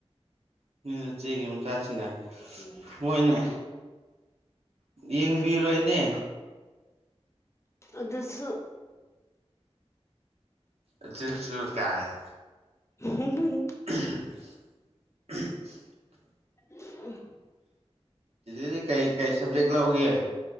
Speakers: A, on the right; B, on the left.
A: ꯅꯣꯏ ꯅꯆꯦꯒꯤ ꯃꯆꯥꯁꯤꯡꯅ
B: ꯎꯝ
A: ꯃꯣꯏꯅ ꯌꯦꯡꯕꯤꯔꯣꯏꯅꯦ
B: ꯑꯗꯨꯁꯨ
A: ꯑꯗꯨꯁꯨ ꯀꯥꯏꯅ
B: <inaudible>
A: <inaudible>
B: <unintelligible>
A: ꯆꯦꯆꯦꯗꯤ ꯀꯔꯤ ꯀꯩ ꯁꯕꯖꯦꯛ ꯂꯧꯒꯦ